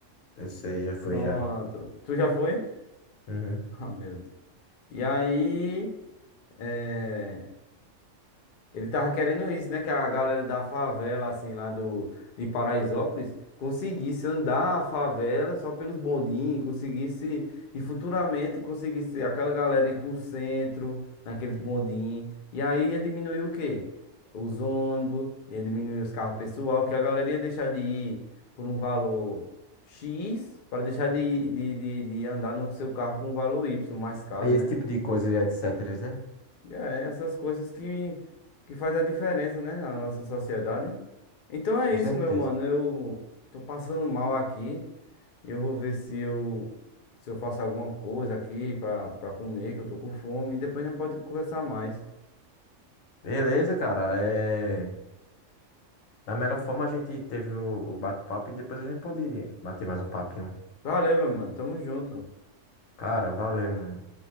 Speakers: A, on the left; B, on the left.
A: Eu sei, já foi
B: Pronto.
A: já.
B: Tu já foi? <laughs>
A: Uhum.
B: Ah, meu Deus. E aí. é, Ele tava querendo isso, né? Que a galera da favela, assim, lá do, de Paraisópolis, conseguisse andar a favela só pelos bondinhos, conseguisse, e futuramente conseguisse aquela galera ir pro centro, naqueles bondinhos. E aí ia diminuir o quê? Os ônibus, ia diminuir os carros pessoal, que a galera ia deixar de ir por um valor X, para deixar de, de, de, de andar no seu carro por um valor Y mais caro,
A: Esse
B: né?
A: tipo de coisa e etc, né?
B: É, essas coisas que, que faz a diferença, né, na nossa sociedade. Então é
A: Com
B: isso,
A: certeza.
B: meu mano. Eu tô passando mal aqui. Eu vou ver se eu, se eu faço alguma coisa aqui pra, pra comer, que eu tô com fome. E depois a gente pode conversar mais.
A: Beleza, cara. É... Da melhor forma a gente teve o, o bate-papo e depois a gente pode bater mais um papinho.
B: Valeu, meu mano. Tamo junto.
A: Cara, valeu, mano.